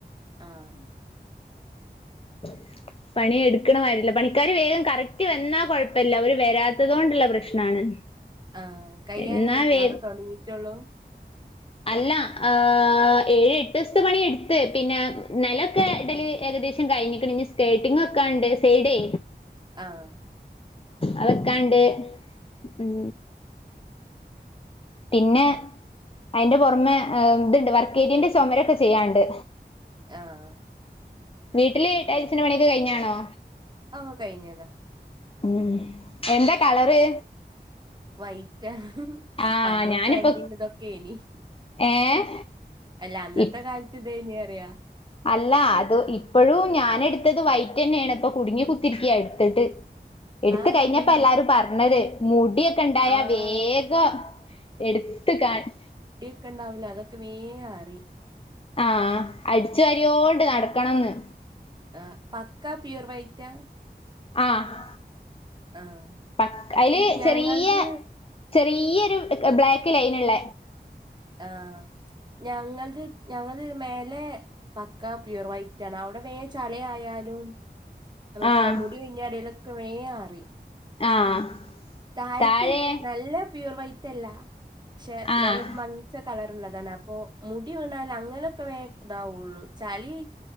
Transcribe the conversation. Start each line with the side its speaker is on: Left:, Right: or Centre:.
Right: ആഹ്
Left: <inaudible> പണി എടുക്കണമായിരില്ല പണിക്കാർ വേഗം കറക്റ്റ് വന്നാ കൊഴപ്പല്ല അവര് വരാത്തത് കൊണ്ടുള്ള പ്രശ്നാണ്
Right: ആഹ് കയ്യാനയിക്ക്ണോ
Left: എന്നാ വേ
Right: അതോ തോടങ്ങിട്ടൊള്ളൂ
Left: അല്ലാ ഏഹ് ഏഴ് എട്ട് സ്ത്തെ പണി എടുത്ത് പിന്നെ നലൊക്കെ ഇടല് ഏകദേശം കഴിഞ്ഞിക്ക്ണ് ഇഞ്ഞ് സ്കേട്ടിങ്ങ് വെക്കാണ്ട് സൈഡേ
Right: ആഹ്
Left: അവെക്കാണ്ട് ഉം പിന്നെ
Right: ആഹ്
Left: അയിന്റെ പുറമെ ഏഹ് ഇതുണ്ട് വർക്കേരിയന്റെ ചോമരൊക്കെ ചെയ്യാണ്ട്
Right: ആഹ്
Left: വീട്ടില് ടൈൽസ്ന്റെ പണിയൊക്കെ കഴിഞ്ഞ്ണോ
Right: ഓഹ് കഴിഞ്ഞതാ
Left: ഉം എന്താ കളറ്
Right: വൈറ്റാ
Left: ആഹ്
Right: അന്ന്
Left: ഞാനിപ്പ
Right: ട്രെൻഡിങ് ഇതൊക്കെനി
Left: ഏഹ്
Right: അല്ല അന്നത്തെ
Left: ഇ
Right: കാലത്ത് ത്ത് ഇതേയിനി അറിയ
Left: അല്ല അത് ഇപ്പോഴും ഞാനെടുത്തത് വൈറ്റ് ന്നേണ് ഇപ്പൊ കുടുങ്ങി കുത്തിരിക്കയാ എടുത്തിട്ട് എടുത്ത്
Right: അതെന്തേനി
Left: കഴിഞ്ഞപ്പാ എല്ലാരും പറഞ്ഞത് മുടിയൊക്കെണ്ടായ
Right: ആഹ്
Left: വേഗം എടുത്ത് കാണി
Right: ഒക്കണ്ടാവൂല അതൊക്ക വേ അറിയും
Left: ആഹ് അടിച്ചു വാരിയോണ്ട് നടക്കണംന്ന്
Right: ആഹ് പക്കാ പ്യുവർ വൈറ്റാ
Left: ആഹ്
Right: ആഹ്
Left: പക്ക അയില്
Right: ഈ ഞങ്ങൾത്
Left: ചെറിയ ചെറിയൊരു ബ്ലാക്ക് ലൈനുള്ള
Right: ആഹ് ഞങ്ങൾത് ഞങ്ങളിത് മേലെ പക്കാ പ്യുവർ വൈറ്റാണ് അവിടെ വേം ചളി ആയാലും മറ്റേ
Left: ആഹ്
Right: മുടി കൊയിഞ്ഞാടിലൊക്കെ വേ അറീം
Left: ആഹ്
Right: താഴത്ത്
Left: താഴെ
Right: നല്ല പ്യൂർ വൈറ്റല്ല ക്ഷെ
Left: ആഹ്
Right: ന്നാലൊരു മങ്ങിച്ച കളർള്ളതാണ പ്പോ മുടി വീണാൽ അങ്ങനെയൊക്കെ വേ താവുള്ളൂ ചളി